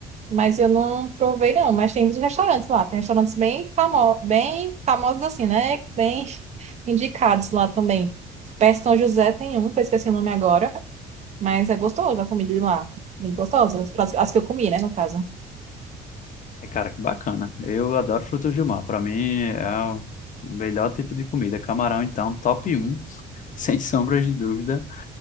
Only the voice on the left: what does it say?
E, Cara, que bacana. Eu adoro frutos do mar. Pra mim é o melhor tipo de comida. Camarão, então, top um, <laughs> sem sombras de dúvida.